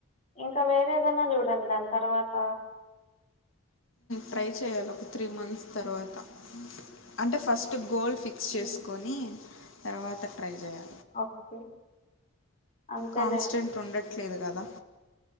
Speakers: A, on the left; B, on the left.
A: ఇంకా వేరేవన్నా చూడండి దాని తర్వాత
B: ట్రై చేయాలి ఒక త్రీ మంత్స్ తర్వాత అంటే ఫస్ట్ గోల్ ఫిక్స్
A: ఉమ్,
B: చేసుకొని తర్వాత ట్రై చేయాలి
A: <unintelligible> అంతేలేండి
B: కాన్స్టెంట్ ఉండట్లేదు కదా అందా